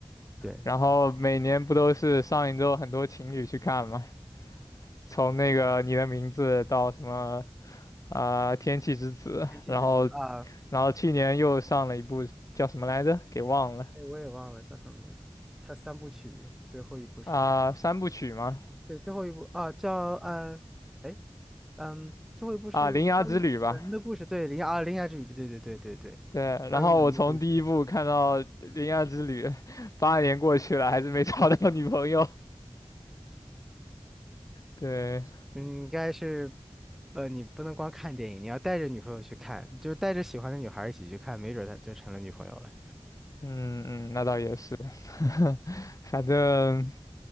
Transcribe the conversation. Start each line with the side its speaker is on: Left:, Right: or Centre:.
Centre: 对，
Left: 然后每年不都是上一周很多情侣去看吗？从那个你的名字到什么啊、天气之子，
Centre: 天气之子啊，
Left: 然后然后去年又上了一部叫什么来着，给忘了
Centre: 哎，我也忘了叫什么名字，他三部曲最后一部是什么？
Left: 啊、三部曲吗？
Centre: 对，最后一部啊，叫呃，哎。嗯，最后一部是关于门的故事，
Left: 啊、铃芽之旅吧。
Centre: 对，铃芽啊，铃芽之旅，对对对对对，
Left: 对，
Centre: 关于门的故事。
Left: 然后我从第一部看到铃芽之旅，<laughs> 八年过去了，还是没找到女朋友。对，
Centre: 嗯，应该是，呃，你不能光看电影，你要带着女朋友去看，就是带着喜欢的女孩儿一起去看，没准儿她就成了女朋友了。
Left: 嗯嗯，那倒也是，<laughs> 反正，